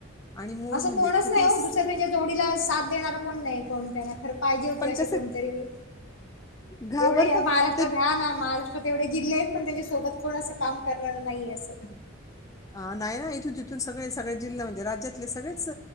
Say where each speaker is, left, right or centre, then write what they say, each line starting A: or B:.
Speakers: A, on the left; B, on the left.
A: आणि मूळ
B: असं
A: म्हणजे
B: कोणच
A: कितीस
B: नाही हो दुसऱ्या त्यांच्या जोडीला साथ देणार कोण नाही कोण त्याना खर पाहिजे होते
A: पण
B: असे
A: कसं
B: कोणतरी
A: घाबरतात
B: एवढे महाराष्ट्रात
A: ते
B: घ्या ना महाराष्ट्र तेवढे जिल्हे आहेत पण त्यांच्यासोबत कोण असं काम करणार नाही असं
A: ह नाही ना इथून तिथून सगळे सगळे जिल्हा म्हणजे राज्यातले सगळेच